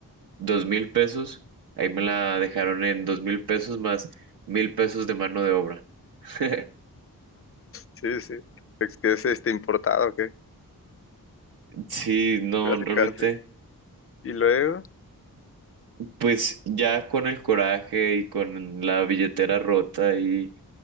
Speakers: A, on the right; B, on the left.
A: dos mil pesos, ahí me la dejaron en dos mil pesos más mil pesos de mano de obra. <laughs>
B: sí. sí. Es que es este importado, ¿o ¿qué?
A: Sí, no,
B: Casi,
A: realmente,
B: casi. Y luego,
A: pues ya con el coraje y con la billetera rota y